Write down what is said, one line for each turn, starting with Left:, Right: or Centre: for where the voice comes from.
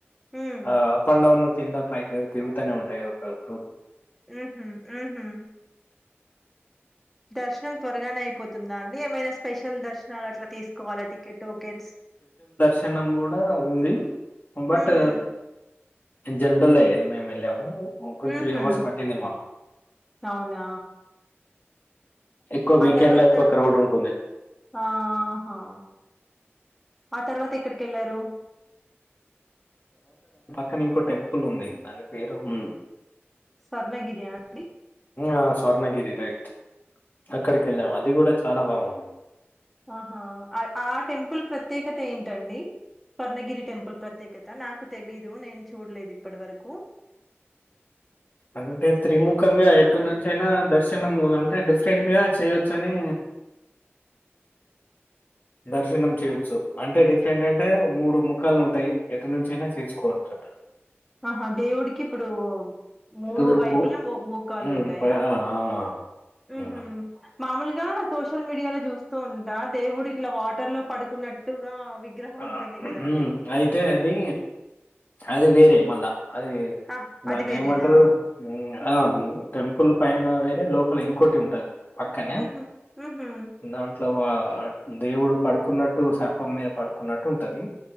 Centre: హ్మ్.
Left: ఆ అప్ అండ్ డౌన్ కింద పై కెళ్లి తిరుగుతనే ఉంటాయి, ఒకలు
Centre: ఉ హు ఉ హు దర్శ త్వరగానే అయిపోతుందా, అండి ఏమైనా స్పెషల్ దర్శనాలు అట్లా తీసుకోవాలా టికెట్ టోకెన్స్
Left: తినం కూడా ఉంది బట్
Centre: హ్మ్.
Left: జనరలే ఇగ మేము వెళ్ళాము ఒక
Centre: హుహు.
Left: త్రి హవర్స్ పట్టింది మాకు
Centre: అవునా?
Left: ఎక్కువ
Centre: ఆ
Left: వీకెండ్
Centre: తర్వాత
Left: లో ఎక్కువ క్రౌడ్ ఉంటుంది
Centre: ఆ ఆ ఆ తర్వాత ఎక్కడికి వెళ్ళారు,
Left: కానీ ఇంకో టెంపుల్ ఉంది, దాని పేరు ఉ
Centre: స్వర్ణగిరి ఆ అండి
Left: ఆ స్వర్ణగిరి రైట్ అక్కడికి వెళ్ళాము, అది కూడా చాలా బాగుంది.
Centre: ఆహా! ఆ ఆ టెంపుల్ ప్రత్యేకత ఏంటండి? స్వర్ణగిరి టెంపుల్ ప్రత్యేకత నాకు తెలీదు నేను చూడలేదు, ఇప్పటి వరకు
Left: అంటే త్రిముఖంగా ఎటు నుంచి అయినా దర్శ నము అంటే డిఫరెంట్ గా చేయొచ్చు అని
Centre: <unintelligible>
Left: దర్శనం చేయొచ్చు అంటే డిఫరెంట్ అంటే మూడు ముఖాలు ఉంటాయి, ఎటు నుంచి అయినా చేసుకోవచ్చు
Centre: ఆహా దేవుడికి ఇప్పుడు మూడు
Left: తూర్పు
Centre: వైపుల మొ ముఖాలు
Left: హ్మ్.
Centre: ఉంటాయా,
Left: ప ఆ! ఆ!
Centre: ఉహు
Left: హ్మ్.
Centre: మామూలుగా సోషల్ మీడియాలో చూస్తూ ఉంటా దేవుడు ఇట్లా వాటర్ లో పడుకున్నట్టుగా, విగ్రహం
Left: ఆ
Centre: ఉంటుంది గదండీ!
Left: ఉహు అయితే అది అది వేరే మళ్ళా అది
Centre: ఆహ్!
Left: దాన్ని
Centre: అది వేరేనా?
Left: ఏమంటారు, ఆ టెంపుల్ పైన వె ఏ లోపల ఇంకోటి ఉంటది, పక్కనే
Centre: హుహు. హుహు.
Left: దాంట్లో వా ఆ దేవుడు పడుకున్నట్టు సర్పం మీద పడుకున్నట్టు ఉంటది.